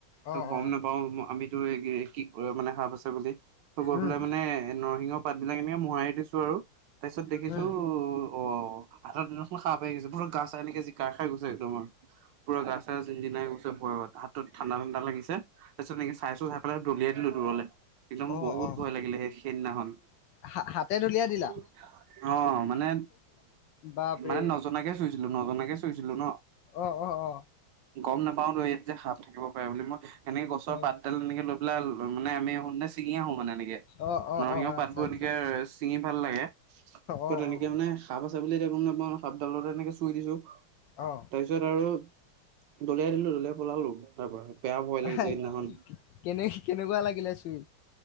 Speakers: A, on the right; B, on the left.
A: ত
B: অ
A: গম
B: অ
A: নাপাওঁ আমিতো এই কি মানে সাপ আছে বুলি, ত গৈ
B: উম
A: পেলাই মানে নৰসিংহৰ পাত বিলাক এনেকে মোহাৰি দিছো আৰু তাৰপিছত দেখিছো
B: উম
A: অ <unintelligible> সাপ আহি গৈছে ভয়ত গা সেনেকে জোকাৰ খায় গৈছে একদম আৰু, পোৰা গা চা জিঞ্জিনাই গৈছে ভয়ত, হাতত ঠাণ্ডা ঠডা তাৰপিছত এনেকে চাইছো চাই পেলাই দলিয়াই দিলো দূৰলে। একদম
B: অ
A: বহুত
B: অ অ
A: ভয় লাগিলে সেই সেইদিনাখন,
B: হা হাতে দলিয়াই
A: <inaudible>
B: দিলা
A: অঁ মানে
B: বাপৰে
A: মানে নজনাকে চুইছিলো নজনাকে চুছিলো ন,
B: অ অ অ
A: গম নাপাও টো ইয়াত যে সাপ থাকিব পাৰে বুলি মই সেনেকে গছৰ
B: অ
A: পাতডাল এনেকে লৈ পেলাই মানে আমি আহোঁতে ছিঙি আহো মানে এনেকে।
B: অ অ
A: নৰসিংহ
B: অ আচ্ছা
A: পাতবোৰ
B: আচ্ছা
A: এনেকে চিঙি ভাল লাগে, ত
B: অ
A: তেনেকে
B: অ
A: মানে সাপ আছ আছে বুলি এতিয়া গম নাপাওঁ, সাপডালতে এনেকে চুই দিছো
B: অ
A: তাৰপিছত আৰু দলিয়াই দিলো দলিয়াই পলালো। তাৰ পৰা বেয়া ভয় লাগিছে
B: কেনে
A: সেইদিনাখন
B: কেনেকুৱা লাগিলে চুই?